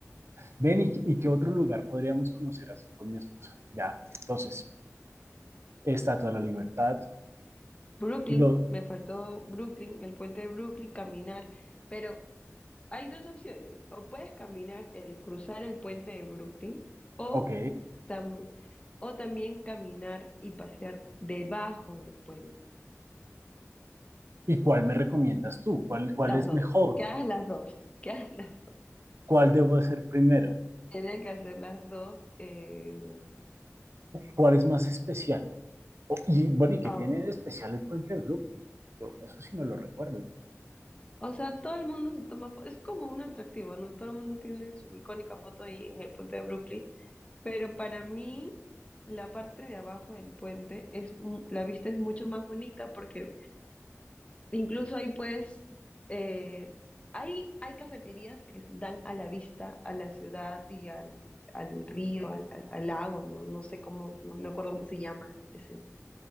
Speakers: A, on the right (about 55°); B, on the left (about 25°).
A: Ven, ¿y, y qué otro lugar podríamos conocer así con mi esposa? Ya, entonces, Estatua de la Libertad,
B: Brooklyn,
A: lo,
B: me faltó Brooklyn, el puente de Brooklyn, caminar, pero hay dos opciones, o puedes caminar, el cruzar el puente de Brooklyn, o
A: ok,
B: también, o también caminar y pasear debajo del puente.
A: ¿y cuál me recomiendas tú? ¿Cuál, cuál
B: Las
A: es
B: dos.
A: mejor?
B: Que hagas las dos. Que hagas las...
A: ¿Cuál debo hacer primero?
B: Tiene que hacer las dos. eh,
A: ¿Cuál es más especial? O- y bueno, ¿y qué
B: ah,
A: tiene de especial el puente de Brooklyn? Yo eso sí no lo recuerdo.
B: O sea, todo el mundo se toma foto. Es como un atractivo, ¿no? Todo el mundo tiene su icónica foto ahí en el puente de Brooklyn. Pero para mí, la parte de abajo del puente es mu- la vista es mucho más bonita porque incluso ahí puedes eh, hay, hay cafeterías que dan a la vista a la ciudad y al, al río, al, al- al lago, no, no sé cómo, no me acuerdo cómo se llama ese